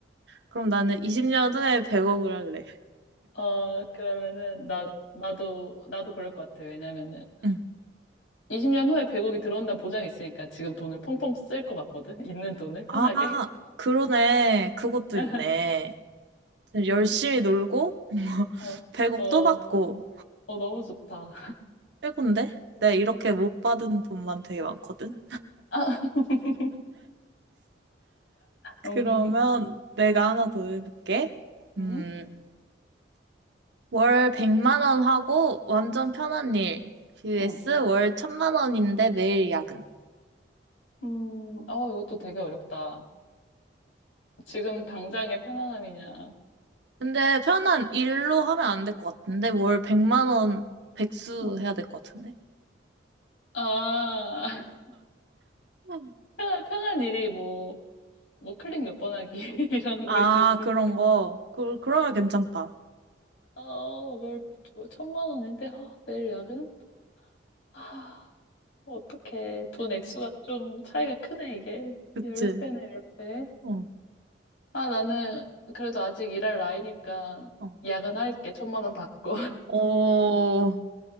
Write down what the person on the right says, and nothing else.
그럼 나는 20년 후에 100억을 할래.
어.
응.
아, 그러네. 그것도
있네. 열심히 놀고, <laughs>
100억
또 받고,
최고인데? 내가 이렇게 못 받은 돈만 되게 많거든?
그러면
내가 하나 더 해볼게. 음.
월 100만 원 하고 완전 편한 일. vs
월 1000만 원인데 매일 야근.
근데 편한 일로 하면 안 될 것 같은데 월 100만 원 백수
해야 될 것 같은데.
음.
아,
그런 거. 그, 그러면 괜찮다.
그치?
어.
어,
어,